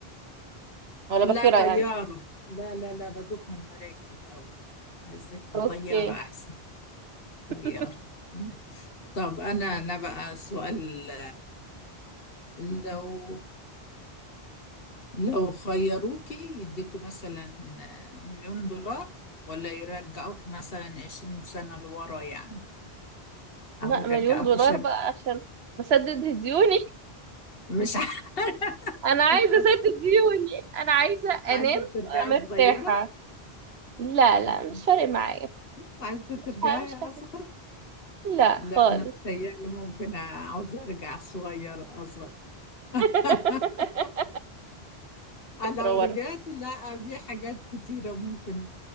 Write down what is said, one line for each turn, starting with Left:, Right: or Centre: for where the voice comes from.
Right: ولا
Left: لا
Right: باخرة
Left: طيارة
Right: يعني
Left: لا لا لا بدوخ من المراكب أوي عزتها
Right: أوكي
Left: طيارة أحسن طيارة
Right: <laughs>
Left: أنا. طب أنا أنا بقى سؤال لو لو خيروكي يديكوا مثلا مليون دولار ولا يرجعوك مثلا عشرين سنة لورا يعني
Right: لا
Left: أو يرجعوك
Right: مليون دولار
Left: شاب
Right: بقى عشان أسدد ديوني
Left: مش عارفة
Right: أنا عايزة
Left: مش عايزة
Right: أسدد ديوني أنا عايزة أنام
Left: مش عايزة ترجعي
Right: مرتاحة
Left: صغيرة
Right: لا لا
Left: مم.
Right: مش فارق معايا
Left: مش عايزة ترجعي
Right: مش ه... مش حاسس
Left: أصغر
Right: لا
Left: لا
Right: خالص
Left: أنا متهيألي ممكن عاوزة أرجع صغيرة أصغر <laughs>
Right: <laughs> فكرة
Left: لو
Right: ورا
Left: رجعت لا في حاجات كتيرة ممكن